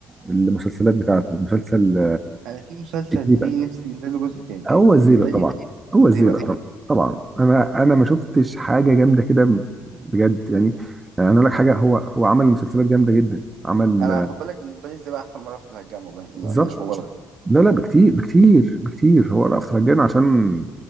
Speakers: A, on the right; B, on the right.
A: المسلسلات بتاعته مسلسل
B: انا في مسلسل
A: الزيبق
B: ليه نفسي ينزل له جزء تاني
A: هو
B: بالنسبه
A: الزيبق طبعا
B: لي
A: هو
B: ازاي
A: الزيبق
B: بقى
A: طبعا طبعا انا انا ما شفتش حاجه جامده كده بجد يعني يعني انا اقول لك حاجه هو هو عمل مسلسلات جامده جدا عمل
B: انا
A: آه،
B: خد بالك بالنسبه لي ازاي بقى احسن مره في الهجان والله م-
A: بالظبط
B: مش مبالغه
A: لا لا بكتير بكتير بكتير هو رأفت الهجان عشان